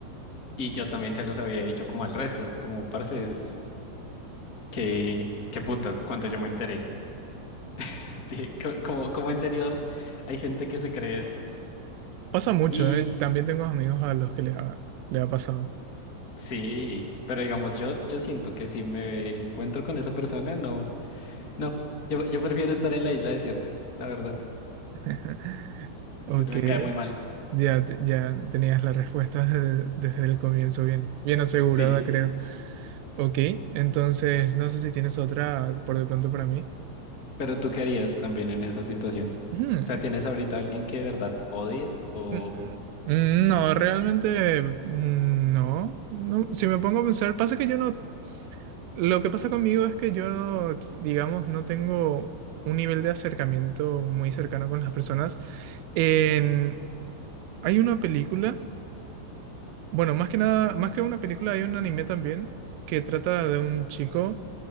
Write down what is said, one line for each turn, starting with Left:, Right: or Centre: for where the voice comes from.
Left: Y yo también se los había dicho como al resto, como parce, es que, qué putas, cuando yo me enteré. <laughs> Dije, "Co- cómo como en serio hay gente que se cree esto.
Right: Pasa mucho,
Left: Y
Right: ¿eh? También tengo amigos a los que le ha, le ha pasado.
Left: sí, pero digamos, yo, yo siento que si me encuentro con esa persona, no, no, yo, yo prefiero estar en la isla desierta, la verdad.
Right: <laughs>
Left: <laughs>
Right: Ok,
Left: Se me cae muy mal.
Right: ya, te- ya tenías la respuesta desde, desde el comienzo bien, bien asegurada,
Left: Sí,
Right: creo. Ok, entonces no sé si tienes otra por de pronto para mí.
Left: pero tú qué harías también en esa situación.
Right: Hmm,
Left: O sea, ¿tienes ahorita alguien que de verdad odies? O,
Right: mm, No, realmente mm, no, no. Si me pongo a pensar, pasa que yo no, lo que pasa conmigo es que yo, no, digamos, no tengo un nivel de acercamiento muy cercano con las personas. En- Hay una película, bueno, más que nada, más que una película, hay un anime también que trata de un chico